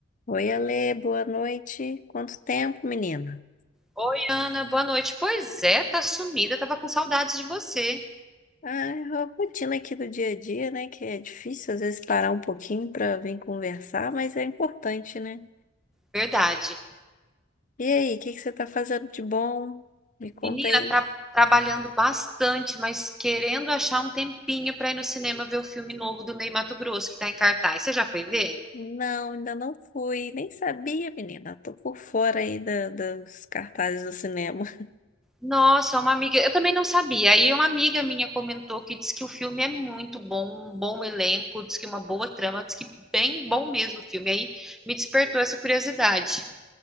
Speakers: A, on the left (about 40°); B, in the centre.
A: Oi, Ale, boa noite. Quanto tempo, menina?
B: Oi, Ana, boa noite. Pois é, tá sumida, tava com saudade de você.
A: Ah, a rotina aqui do dia a dia, né? Que é difícil às vezes parar um pouquinho para vir conversar, mas é importante, né?
B: Verdade.
A: E aí, o que que você tá fazendo de bom? Me conta
B: Menina,
A: aí.
B: tra- trabalhando bastante, mas querendo achar um tempinho pra ir no cinema ver o filme novo do Ney Matogrosso que tá em cartaz. Você já foi ver?
A: Não, ainda não fui, nem sabia, menina. Tô por fora aí da- dos cartazes do cinema. <laughs>
B: Nossa, uma amiga, eu também não sabia. Aí uma amiga minha comentou que diz que o filme é muito bom, um bom elenco, diz que uma boa trama, diz que bem bom mesmo o filme. Aí me despertou essa curiosidade.